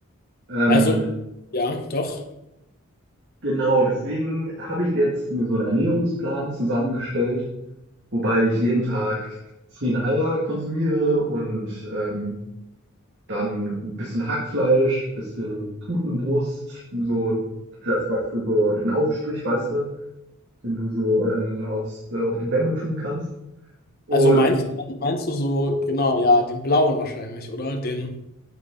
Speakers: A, on the right; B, on the left.
A: Ähm,
B: also, ja, doch.
A: genau, deswegen habe ich jetzt mir so einen Ernährungsplan zusammengestellt, wobei ich jeden Tag zehn Eier konsumiere und ähm, dann ein bisschen Hackfleisch, bisschen Putenbrust, so das, was für so den Aufstrich, weißt du, den du so äh, aufs, äh, auf die Bämme tun kannst. Und
B: Also meinst, meinst du so, genau, ja, den blauen wahrscheinlich, oder? Den.